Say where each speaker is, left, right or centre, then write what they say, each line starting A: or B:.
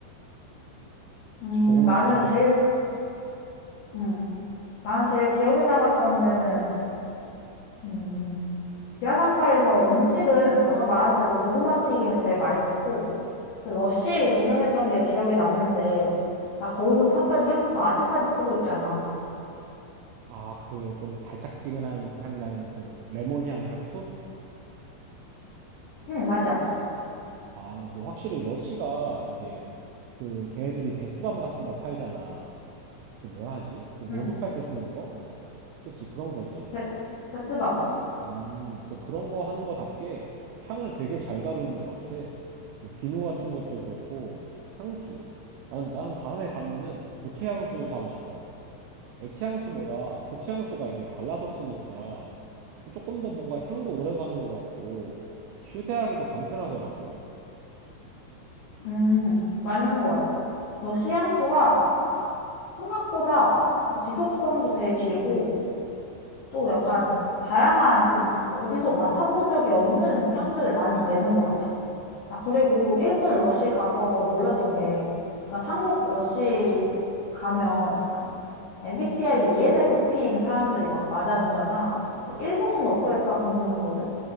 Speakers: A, on the left; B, on the right.
A: 음,
B: 고구마
A: 나는
B: 튀김.
A: 제일, 음, 나는 제일 기억에 남았던 데는, 음, 지하상가에서 음식은 너가 말한 대로 고구마 튀김이 제일 맛있었고, 그 러쉬 구경했던 게 기억에 남는데, 나 거기서 샀던 향수 아직까지 쓰고 있잖아.
B: 아, 그 좀 달짝지근한 향 나는 그 레몬 향 향수?
A: 응, 맞아.
B: 아, 근데 확실히 러쉬가 이게 그 걔네들이 베스밤 같은 거 팔잖아. 그 뭐라 하지? 그 목욕할
A: 응,
B: 때 쓰는 거? 그치, 그런 거지.
A: 베, 베스밤.
B: 음, 근데 그런 거 하는 거답게 향을 되게 잘 다루는 것 같아. 뭐, 비누 같은 것도 그렇고, 향수. 난, 난 다음에 가면은 고체 향수 사고 싶어. 액체 향수보다 고체 향수가 이게 발라서 쓰니까 조금 더 뭔가 향도 오래 가는 것 같고, 휴대하기도 간편하더라고.
A: 음, 맞는 것 같아. 러쉬 향수가 생각보다 그 지속성도 되게 길고 또 약간 다양한 좀 어디서 맡아본 적이 없는 향들을 많이 내는 것 같아. 아, 그리고 일본 러쉬 가서 놀랐던 게 약간 한국 러쉬 가면 약간 MBTI ENFP인 사람들이 막 맞아주잖아. 근데 일본은 어떨까 궁금했거든?